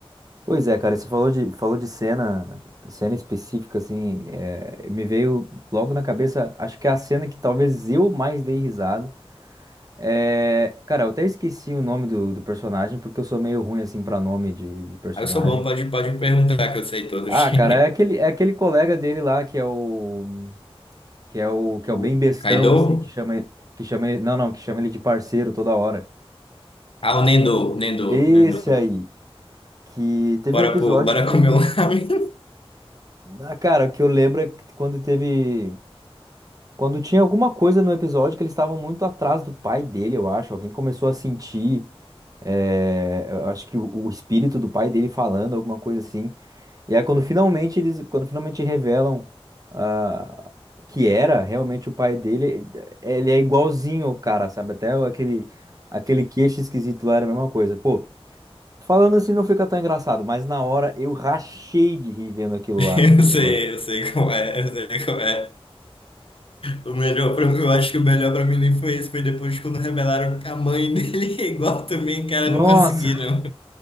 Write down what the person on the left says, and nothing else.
Aí eu sou bom, pode, pode me perguntar que eu sei todos.
<laughs>
O
Kaido?
Ah, o Nendo, Nendo,
Nendo.
Bora,
pro, bora
comer um <laughs> ramen.
Eu
sei,
eu sei como é, eu sei como é. O melhor pra mim, eu acho que o melhor pra mim nem foi esse, foi depois quando revelaram que a mãe <laughs> dele é igual também, cara,
eu não consegui, não.